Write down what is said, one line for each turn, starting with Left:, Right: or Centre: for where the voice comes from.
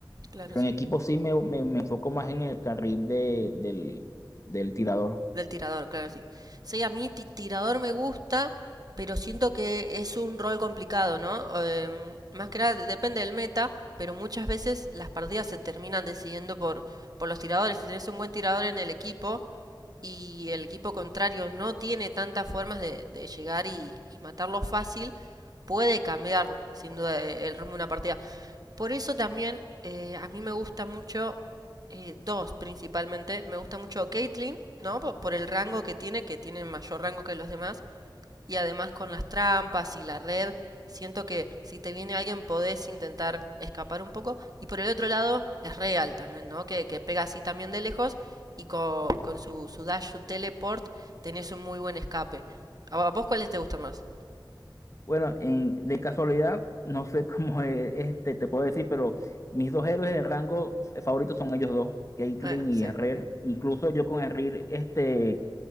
Right: claro,
Left: Pero
Right: sí.
Left: en equipo sí me, me- me enfoco más en el carril de- del, del tirador.
Right: Del tirador, claro, sí. Sí, a mí ti- tirador me gusta, pero siento que es un rol complicado, ¿no? Em, más que nada depende del meta, pero muchas veces las partidas se terminan decidiendo por, por los tiradores. Si tenés un buen tirador en el equipo, y el equipo contrario no tiene tantas formas de, de llegar y, y matarlo fácil, puede cambiar sin duda e, el rumbo de una partida. Por eso también eh, a mí me gusta mucho, eh, dos principalmente, me gusta mucho Caitlyn, ¿no? Por, por el rango que tiene, que tiene mayor rango que los demás y además con las trampas y la red, siento que si te viene alguien podés intentar escapar un poco. Y por el otro lado, es real también, ¿no? Que, que pega así también de lejos y con, con su, su dash, su teleport, tenés un muy buen escape. ¿A vos cuáles te gustan más?
Left: Bueno, en- de casualidad, no sé <laughs> cómo es, este, te puedo decir, pero mis dos héroes de rango eh, favoritos son ellos dos, Caitlyn
Right: Eh,
Left: y
Right: sí,
Left: Herrera. Incluso yo con Herrera, este.